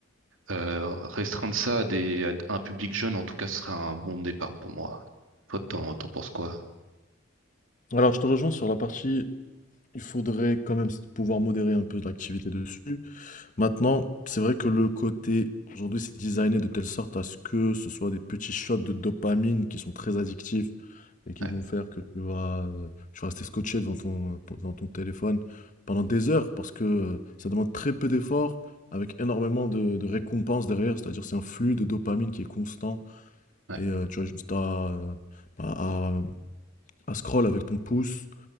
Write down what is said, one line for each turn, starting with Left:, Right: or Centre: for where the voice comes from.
Right: Euh, restreindre ça à, des, à un public jeune, en tout cas, ce serait un bon départ pour moi. Toi, t'en, t'en penses quoi?
Left: Alors, je te rejoins sur la partie, il faudrait quand même s- pouvoir modérer un peu l'activité dessus. Maintenant, c'est vrai que le côté, aujourd'hui, c'est designé de telle sorte à ce que ce soit des petits shots de dopamine qui sont très addictifs et qui
Right: Ouais,
Left: vont faire que tu vas, euh, tu vas rester scotché devant ton, euh, ton- devant ton téléphone pendant des heures parce que euh, ça demande très peu d'efforts avec énormément de, de récompenses derrière. C'est-à-dire, c'est un flux de dopamine qui est constant
Right: ouais,
Left: et euh, tu as juste à, euh, bah, à, à scroll avec ton pouce